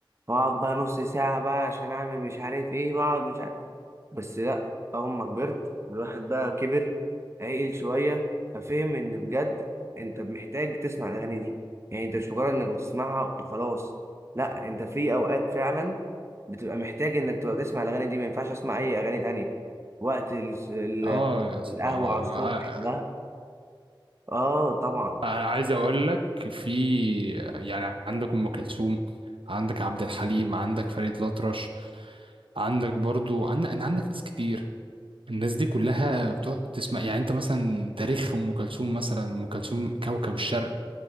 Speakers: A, on the right (about 30°); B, on the right (about 85°).
A: بقعد بقى نص ساعة بقى عشان اعمل مش عارف ايه بقعد مش عارف بس لا اول ما كبرت الواحد بقى كبر عقل شوية ففهم ان بجد انت محتاج تسمع الاغاني دي يعني انت مش مجرد انك بتسمعها وخلاص لا انت في اوقات فعلا بتبقى محتاج انك تبقى بتسمع الاغاني دي ما ينفعش اسمع اي اغاني تانية وقت ال- ال-
B: اه يا اسطى
A: القهوة
B: آه،
A: على الصبح ده اه طبعا
B: انا عايز اقول لك في يعني عندك ام كلثوم عندك عبد الحليم عندك فريد الأطرش عندك برضو عندك أنا عندك ناس كتير الناس دي كلها بتقعد تسمع يعني انت مثلا تاريخ ام كلثوم مثلا ام كلثوم كوكب الشرق